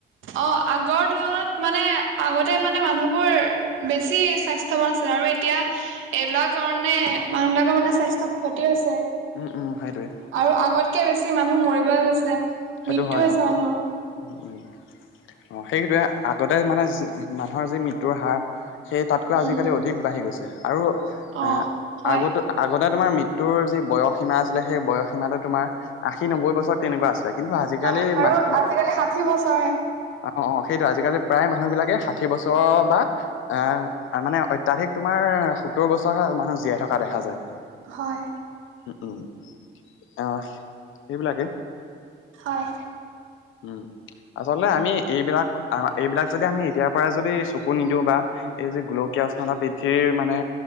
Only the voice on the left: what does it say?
উম, উম, সেইটোৱে।
সেইটো
হয়
অ'।
উম, অ' সেইটোৱে আগতে মানে মানুহৰ যি মৃত্যুৰ হাৰ সেই তাতকৈ
আজিকালি অধিক বাঢ়ি গৈছে আৰু
আ,
আগতে আগতে তোমাৰ মৃত্যুৰ যি বয়স সীমা আছিলে সেই বয়স সীমা তোমাৰ আশী নব্বৈ বছৰত তেনেকুৱা আছিলে। কিন্তু আজিকালি
মাহ মা
অ', অ' সেইটো আজিকালি প্ৰায় মানুহবিলাকে ষাঠি বছৰৰ বা আ, মানে অত্যাধিক তোমাৰ সত্তৰ বছৰ মানুহ জীয়াই থকা দেখা যায়।
উম, উম, আ, সেইবিলাকে।
উম, আচলতে আমি এইবিলাক এইবিলাক যদি আমি এতিয়াৰপৰাই যদি চকু নিদিওঁ বা এই যে গোলকীয় উষ্ণতা বৃদ্ধিৰ মানে